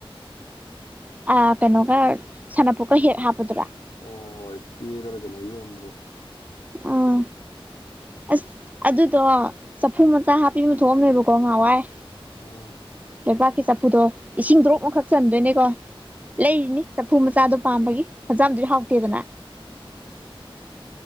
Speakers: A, on the right; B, on the left.
A: ꯑ ꯀꯩꯅꯣꯒ ꯁꯥꯟꯅꯄꯣꯠꯀ ꯍꯦꯛ ꯍꯥꯞꯄꯗꯨꯔꯥ
B: ꯑꯣ ꯍꯣ ꯍꯣꯏ ꯆꯦꯗꯔ ꯀꯩꯅꯣ ꯌꯣꯝꯕꯗꯨ
A: ꯑꯥ ꯑꯁ ꯑꯗꯨꯗꯣ ꯆꯐꯨ ꯃꯆꯥ ꯍꯥꯞꯄꯤ ꯑꯃ ꯊꯣꯛꯑꯝꯃꯦꯕꯀꯣ ꯉꯍꯥꯋꯥꯏ
B: ꯑꯥ
A: ꯂꯩꯄꯥꯛꯀꯤ ꯆꯐꯨꯗꯣ ꯏꯁꯤꯡ ꯗꯣꯔꯣꯞ ꯑꯃꯈꯛ ꯆꯟꯗꯣꯏꯅꯦꯀꯣ ꯂꯩꯔꯤꯅꯤ
B: ꯎꯝ
A: ꯆꯐꯨ ꯃꯆꯥꯗꯣ ꯄꯥꯝꯕꯒꯤ ꯐꯖꯥꯝꯗꯨꯗꯤ ꯍꯥꯎꯇꯦꯗꯅ